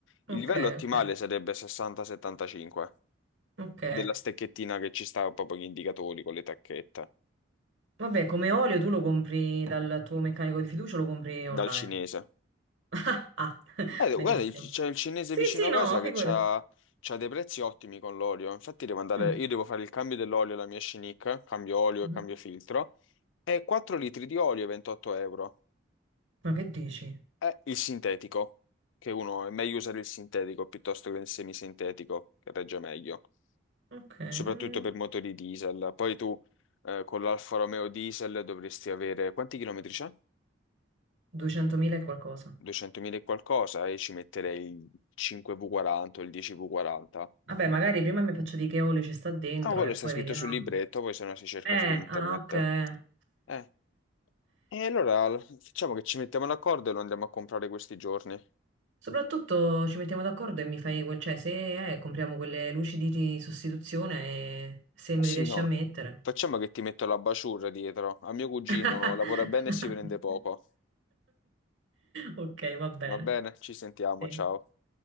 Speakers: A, on the left; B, on the right.
A: Il
B: Ok,
A: livello ottimale
B: ok,
A: sarebbe 60-75
B: ok.
A: della stecchettina che ci sta proprio gli indicatori con le tacchette,
B: Vabbè, come olio tu lo compri dal tuo meccanico di fiducia o lo compri
A: dal
B: online?
A: cinese.
B: <laughs> Ah, <laughs>
A: Eh,
B: benissimo.
A: guarda, il- c'è il cinese
B: Sì,
A: vicino
B: sì,
A: a
B: no,
A: casa che
B: figurati.
A: c'ha, c'ha dei prezzi ottimi con l'olio. Infatti devo andare,
B: Mm,
A: io devo fare il cambio dell'olio alla mia Shenick, cambio olio
B: mhm.
A: e cambio filtro, e 4 litri di olio 28 euro.
B: Ma che dici?
A: È il sintetico, che uno è meglio usare il sintetico piuttosto che il semisintetico, che regge meglio,
B: Ok,
A: soprattutto
B: non-
A: per motori diesel. Poi tu eh, con l'Alfa Romeo diesel dovresti avere, quanti chilometri c'è?
B: 200.000 e qualcosa.
A: 200.000 e qualcosa, e ci metterei il 5V40 o il 10V40
B: Vabbè, magari prima mi faccio di che olio ci sta dentro
A: Ah, quello
B: e
A: sta
B: poi
A: scritto
B: vediamo.
A: sul libretto, poi se no si cerca
B: Eh,
A: su internet.
B: ah, ok.
A: Eh, e allora l- facciamo che ci mettiamo d'accordo e lo andiamo a comprare questi giorni. Eh
B: Soprattutto ci mettiamo d'accordo e mi fai quel, cioè se eh, compriamo quelle luci di sostituzione e se me
A: sì,
B: le riesci
A: no.
B: a mettere.
A: Facciamo che ti metto la basciura dietro. A mio cugino
B: <laughs>
A: lavora bene e si prende poco.
B: Ok, va bene.
A: Va bene? Ci sentiamo,
B: Sì,
A: ciao.